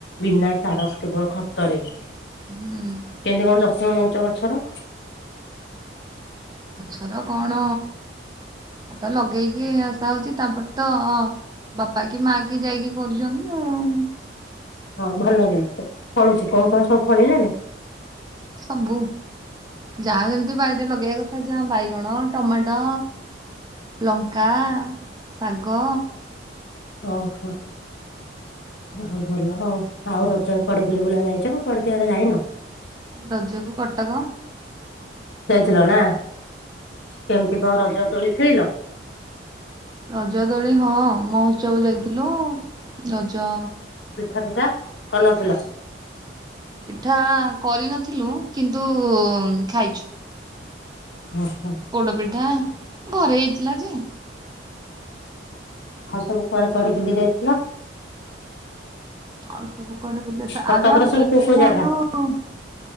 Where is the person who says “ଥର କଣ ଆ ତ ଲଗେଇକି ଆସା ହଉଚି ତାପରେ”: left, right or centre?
Right